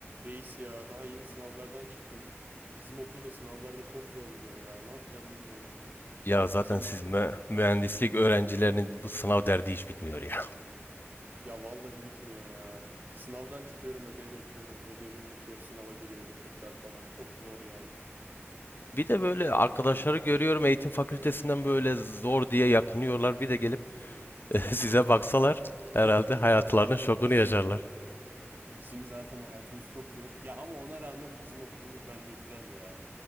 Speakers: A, on the right (about 45°); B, on the left (about 50°).
A: Reis ya daha yeni sınavlardan çıktım. Bizim okulda sınavlarda çok zorluyor ya. Ne yapacağım bilmiyorum.
B: Ya zaten
A: Senin
B: siz
A: okul
B: mü-
A: nasıl bu konuda?
B: mühendislik öğrencilerinin bu sınav derdi hiç bitmiyor ya. <laughs>
A: Ya vallahi bitmiyor ya. Sınavdan çıkıyorum, ödev yapıyorum. Ödevim bitiyor, sınava giriyorum tekrar falan. Çok zor yani.
B: Bir de böyle arkadaşları görüyorum eğitim fakültesinden böyle zor diye yakınıyorlar. Bir de gelip <laughs> size baksalar
A: <laughs>
B: herhalde hayatlarının
A: Ya abi
B: şokunu
A: bizim
B: yaşarlar.
A: bizim zaten hayatımız çok zor. Ya ama ona rağmen bizim okulumuz bence güzel ya.